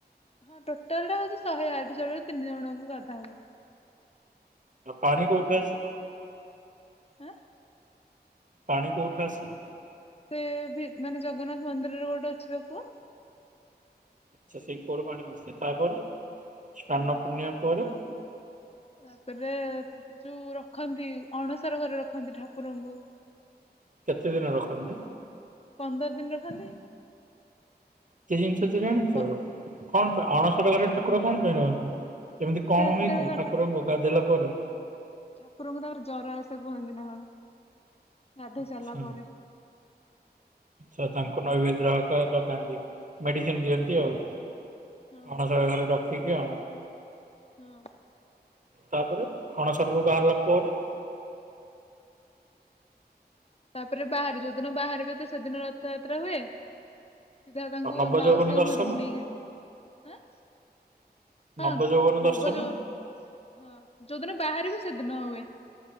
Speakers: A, on the left; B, on the right.
A: ହଁ ଟୋଟାଲ ଟା ହଉଛି ଶହେ ଆଠ ଜଣ ର ତିନି ଜଣଙ୍କୁ ଗାଧା ହୁଏ।
B: ପାଣି କୋଉଠୁ ଆସେ?
A: ଆଁ?
B: ପାଣି କୋଉଠୁ ଆସେ??
A: ସେ ମାନେ ଜଗନ୍ନାଥ ମନ୍ଦିରରେ ଗୋଟେ ଅଛି ବା ପୁଅ ।
B: ଆଛା ସେଇ କୂଅ ରୁ ପାଣି ଆସେ । ତାପରେ, ସ୍ନାନ ପୂର୍ଣ୍ଣିମା ପରେ
A: ତା ତାପରେ ଯୋଉ ରଖନ୍ତି ଅଣସର ଘରେ ରଖନ୍ତି ଠାକୁରଙ୍କୁ
B: କେତେ ଦିନ ରଖନ୍ତି
A: ପନ୍ଦର ଦିନ ରଖନ୍ତି
B: । ସେ ଜିନିଷ ତ ଜାଣିଛ?
A: ପ
B: କଣ ପାଇଁ, ଅଣସର
A: ହଁ
B: ଘରେ ଠାକୁର କଣ ପାଇଁ ରହନ୍ତି? ହୁ <inaudible> କେମିତି କଣ
A: ସେତେବେଳେ
B: ହୁଏ କି
A: ବା
B: ଠାକୁରଙ୍କୁ
A: ଠା
B: ଗାଧେଇଲା କର <inaudible>
A: ଠାକୁରଙ୍କୁ ତା ପରେ ଜର ଆସେ କୁହନ୍ତି ନା ଗାଧେଇ ସାରିଲା
B: ଆଛା
A: ପରେ ।
B: ତ ତାଙ୍କୁ ନୈବଦ୍ର କହିଲ <inaudible> ମେଡିସିନ ଦିଅନ୍ତି
A: ହୁଁ
B: ଆଉ
A: ହଁ
B: ଅଣସର ଘରେ ରଖି <unintelligible>
A: ହଁ।
B: ତାପରେ ଅଣସରରୁ ବାହାରିଲା ପରେ?
A: <inaudible> ତାପରେ ବାହାରେ ଯୋଉଦିନ ବାହାରେ ଏବେ ତ ସେଦିନ ରଥଯାତ୍ରା ହୁଏ। ସିଧା ତାଙ୍କୁ
B: ଆଉ ନବଯୌବନ
A: ମାଉସୀଙ୍କ
B: ଦର୍ଶନ
A: ଘରକୁ ନେଇକି ଆଁ ହଁ
B: ନବଯୌବନ
A: ନବ
B: ଦର୍ଶନ
A: ଯୋବ ହଁ ଯୋଉଦିନ ବାହାରିବେ କେତେଦିନ ହୁଏ?